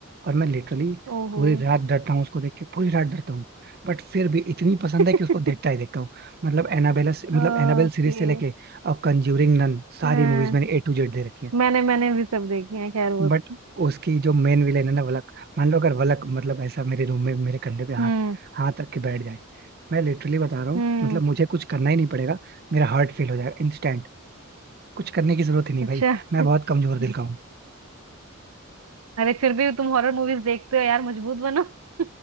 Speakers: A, on the right; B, on the right.
A: और मैं लिटरली
B: ओहो
A: पूरी रात डरता हूँ उसको देख के पूरी रात डरता हूँ बट फिर भी इतनी पसंद
B: <laughs>
A: है कि उसको देखता ही देखता हूँ मतलब एनाबेला मतलब
B: ओके
A: एनाबेल सीरीज से लेके और कंज्यूरिंग नन सारी
B: हाँ
A: मूवीज मैंने ए टू जेड दे रखी है
B: मैंने मैंने भी सब देखी है खैर वो
A: बट
B: <laughs>
A: उसकी जो मेन विलेन है ना वलक मान लो अगर वलक मतलब ऐसा मेरे रूम में मेरे कंधे पे हाथ
B: हम्म
A: हाथ रख के बैठ जाए मैं लिटरली बता रहा हूँ
B: हम्म
A: मतलब मुझे कुछ करना ही नहीं पड़ेगा मेरा हार्ट फेल हो जाएगा इंस्टेंट कुछ करने की जरूरत ही नहीं
B: अच्छा
A: भाई मैं बहुत कमजोर दिल
B: <laughs>
A: का हूँ
B: अरे फिर भी तुम हॉरर मूवीज देखते हो यार मजबूत बनो <laughs>